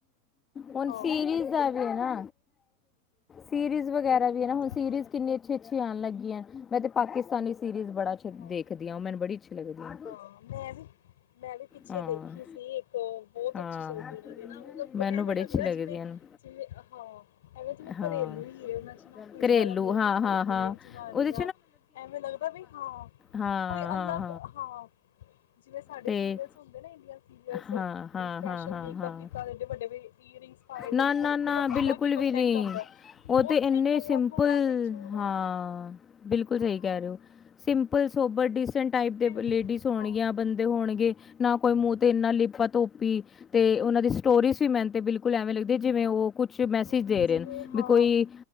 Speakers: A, on the left (about 20°); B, on the left (about 55°).
A: ਹੁਣ
B: ਹਾਂ
A: ਸੀਰੀਜ਼ ਆ ਵੀ ਨਾ, ਸੀਰੀਜ਼ ਵਗੈਰਾ ਵੀ ਐ ਨਾ ਹੁਣ ਸੀਰੀਜ
B: ਹਾਂ
A: ਕਿੰਨੀ ਅੱਛੀ-ਅੱਛੀ ਆਣ ਲੱਗੀਆਂ, ਮੈਂ ਤਾਂ ਪਾਕਿਸਤਾਨੀ ਸੀਰੀਜ਼ ਬੜਾ ਅੱਛ
B: ਹਾਂ
A: ਦੇਖਦੀਆਂ ਮੈਨੂੰ ਬੜੀ ਅੱਛੀ ਲਗਦੀ ਆ।
B: ਹਾਂ ਮੈਂ ਵੀ, ਮੈਂ ਵੀ ਪਿੱਛੇ
A: ਹਾਂ
B: ਦੇਖੀ ਸੀ ਇੱਕ ਬੋਤ
A: ਹਾਂ
B: ਅੱਛੀ ਸਰਦੀ ੳਨਾਂ ਦੀ ਨਾ ਮਤਲਬ
A: ਮੈਨੂੰ
B: ਐਵੇਂ
A: ਬੜੀ
B: ਲੱਗਦਾ
A: ਅੱਛੀ ਲੱਗਦੀ
B: ਜਿਵੇਂ,
A: ਹਨ
B: ਜਿਵੇਂ ਹਾਂ, ਐਵੇਂ ਜਿਵੇਂ
A: ਹਾਂ
B: ਘਰੇਲੂ ਕੀ ਏ ਓਨਾ ਚ ਨਾ ਕੋਈ
A: ਘਰੇਲੂ
B: ਜਾਦਾ ਮੇਕਅਪ
A: ਹਾਂ ਹਾਂ
B: ਕਰਦੇ
A: ਹਾਂ
B: ਨੇ ਜਨਾਨੀਆਂ,
A: ਉਹਦੇ
B: ਐਵੇਂ ਲੱਗਦਾ ਵੀ ਹਾਂ
A: ਹਾਂ-ਹਾਂ।
B: ਕੋਈ ਅਲੱਗ ਹਾਂ ਜਿਵੇਂ ਸਾਡੇ
A: ਤੇ
B: ਸੀਰੀਅਲਸ ਹੁੰਦੇ ਨੇ ਇੰਡੀਆ ਸੀਰੀਅਲਸ,
A: ਹਾਂ, ਹਾਂ,
B: ਵੀ ਸਪੈਸ਼ਲ
A: ਹਾਂ, ਹਾਂ,
B: ਮੇਕਅਪ
A: ਹਾਂ।
B: ਕੀਤਾ ਐਡੇ ਵੱਡੇ ਵ ਈਅਰਿੰਗਸ ਪਾਏ ਦੇ
A: ਨਾ-ਨਾ-ਨਾ
B: ਨੇ ਕੋਈ ਮਤਲਬ
A: ਬਿਲਕੁਲ
B: ਅਲੱਗ ਕੋਂਟੈਕਟ
A: ਵੀ ਨਹੀਂ।
B: ਆਂਦਾ।
A: ਉਹ ਤੇ
B: ੳਥੇ
A: ਇੰਨੇ
B: ਨੋਰਮਲ
A: ਸਿੰਪਲ
B: ਐਵੇਂ ਚੂੜਾ
A: ਹਾਂ, ਬਿਲਕੁਲ
B: ਹਾਂ
A: ਸਹੀ ਕੈ ਰਏ ੳ। ਸਿੰਪਲ, ਸੋਬਰ ਡਿਸ ਡੀਸੇਂਟ ਟਾਈਪ ਦੇ
B: ਫਿਰ
A: ਲੇਡੀਸ ਹੋਨਗੀਆਂ
B: ਹਾਂ
A: ਬੰਦੇ ਹੋਨਗੇ ਨਾ ਕੋਈ ਮੂਹ ਤੇ ਇਨਾ ਲਿਪਾ ਤੋਪੀ ਤੇ ੳਨਾਂ ਦੀ ਸਟੋਰੀ ਸੀ ਮੈਨ ਤੇ ਬਿਲਕੁਲ ਐਵੇਂ ਲੱਗਦੀ ਏ ਜਿਵੇਂ ੳਹ ਕੁਛ ਮੈਸੇਜ
B: ਹਾਂ
A: ਦੇ ਰੇ
B: ਜਿਵੇਂ
A: ਨੇ
B: ਹਾਂ
A: ਵੀ ਕੋਈ